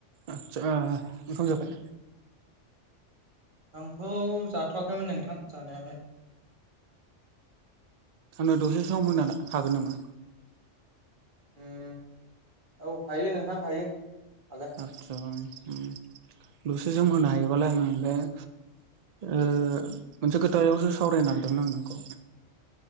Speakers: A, on the right; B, on the right.
A: आचसा ओमखाम जाबाय?
B: ओमखौ जाथ'वाखैमोन नोंथां जानायालाय
A: आंनो दसे सम होनो हागोन नामा?
B: उम औ हायो नोंथां हायो हागोन अ
A: आचसा उ दुसे जोम होनो हायोबालाय आं ओ मोनसे खोथायावसो सावरायनो नागिरदोंमोन आं नोंखौ